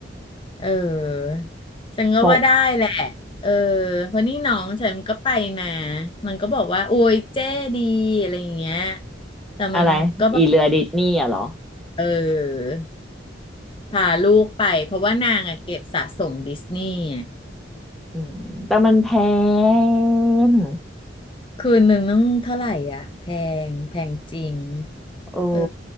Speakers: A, on the left; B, in the centre.
A: เออฉันก็ว่าได้แหละ
B: เพราะ
A: เออเพราะนี่น้องฉันก็ไปมามันก็บอกว่าโอ้ยเจ๊ดีอะไรอย่างเงี้ยแต่มันก็แบบ
B: อะไรอีเรือดิสนีย์อะเหรอ
A: เออพาลูกไปเพราะว่านางอะเก็บสะสมดิสนีย์
B: อืมแต่มันแพง
A: คืนหนึ่งนึงเท่าไหร่อ่ะแพงแพงจริง
B: โอ้
A: เออ